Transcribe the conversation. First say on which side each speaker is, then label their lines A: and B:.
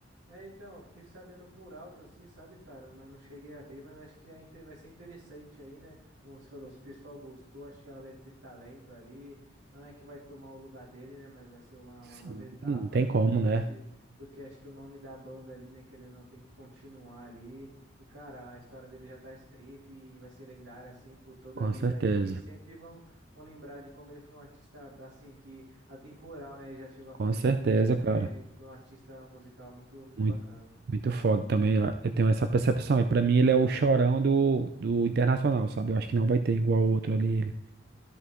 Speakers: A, on the right (about 85°); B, on the right (about 50°).
A: É, então, eu fiquei sabendo por alto assim, sabe, cara? Mas não cheguei a ver, mas acho que é inte- vai ser interessante aí, né? Como você falou, se o pessoal gostou, acho que ela deve ter talento ali. Não é que vai tomar o lugar dele, né? Mas vai ser uma,
B: Sim,
A: uma nova etapa
B: Não tem
A: ali
B: como,
A: pra ver
B: né?
A: se. Porque acho que o nome da banda ali, né? Que ele não tem que continuar ali. E, cara, a história dele já tá escrita e vai ser lendária, assim, por toda
B: com
A: a vida
B: certeza.
A: aí. E sempre vão, vão lembrar de como ele foi um artista, assim, que. Atemporal, né? Ele Já chegou a
B: Com
A: fazer
B: certeza,
A: filmes também.
B: cara.
A: Ele Foi um artista musical muito, muito
B: Muito,
A: bacana.
B: muito foda também. Eu tenho essa percepção. E pra mim ele é o chorão do, do internacional, sabe? Eu acho que não vai ter igual outro ali. Ele.